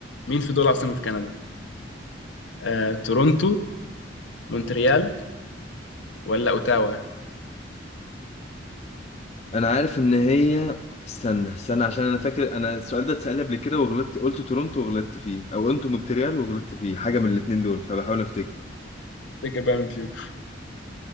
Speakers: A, on the left; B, on the left.
A: مين في دول عاصمة كندا آه، تورونتو مونتريال ولا اوتاوا
B: انا عارف ان هي استنى استنى عشان انا فاكر انا السؤال ده اتسأل لي قبل كده وغلطت قلت تورونتو وغلطت فيه او قلت مونتريال وغلطت فيه حاجة من الاتنين دول فبحاول افتكر
A: تفتكر بقى مين فيهم